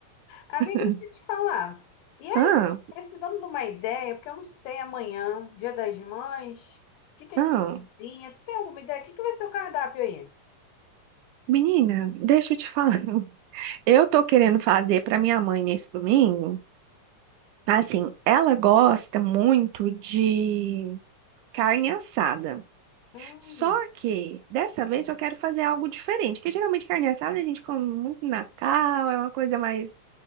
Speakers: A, on the left (about 80°); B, on the right (about 80°).
A: Amiga,
B: <laughs>
A: deixa eu te falar. E aí,
B: Ah,
A: precisando de uma ideia, porque eu não sei amanhã, Dia das Mães, o que que a
B: ah,
A: gente cozinha? Tu tem alguma ideia? O que que vai ser o cardápio aí?
B: menina, deixa eu te falar. <laughs> Eu tô querendo fazer pra minha mãe nesse domingo. Assim, ela gosta muito de carne assada.
A: Hum,
B: Só que dessa vez eu quero fazer algo diferente, porque geralmente carne assada a gente come muito no Natal, é uma coisa mais,